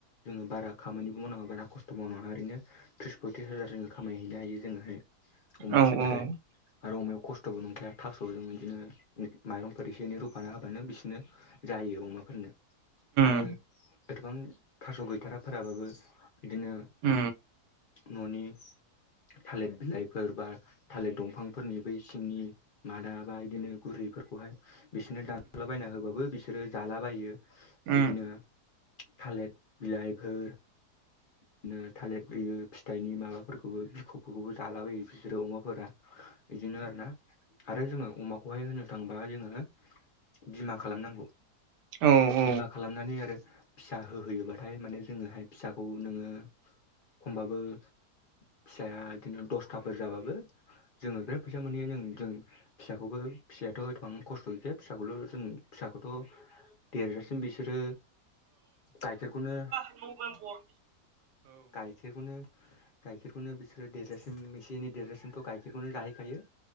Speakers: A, on the left; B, on the right.
A: जोंङो बारा खामानिबो मावनांङा बारा खस्थ' मावनांया ओरैनो त्रिस फय थ्रिस हाजार जो खामायहैनो हायो। जोंङोहाय अमा
B: औ
A: फिसिबाथाय
B: उम
A: आरो अमायाव खस्थ'बो नंखाया। थास' ज बिदिनो माइरंफोर एसे एनै रुफानो हाबानो बिसोरनो जायो अमाफोरनो। आरो
B: उम
A: गोबां थास' गैथाराफोराबाबो बिदिनो
B: ओ।
A: न'नि थालिर बिलाइफोर बा थालिर दंफांफोरनि बै सिंनि मादा बा इदिनो गुरैफोरखौहाय बिसोरनो दान'लाबायना होबाबो बिसोरो जालाबायो।
B: उम
A: बिदिनो थालिर बिलाइफोर बिदिनो थालिर होयो फिथाइनि माबाफोरखौबो बिख'फोरखौबो जाला बयो बिसोरो अमाफोरा। बिदिनो आरोना आरो जोंङो अमाखौहाय होननो थांबा जोंङो बिमा खालामनांगौ।
B: औ औ उम औ
A: बिमा खालामनानै आरो फिसा होहोयोबाथाय माने जोंङोहाय फिसा खौ नोंङो खमबाबो फिसाया बिदिनो दसथाफोर जाबाबो जोंङो बिराद फैसा मोनहैयो। जों जों फिसाखौबो फिसायाथ' एथबां खस्थ' गैखाया फिसाखौल' जों फिसाखौ थ' देरजासिम बिसोरो गाइखेरखौनो
B: नभेम्बर
A: गायखेर खनो गाइखेरखौनो बिसोर देरलासिम मसे देरजासिम' गायखेर बेखौनो जाहैखायो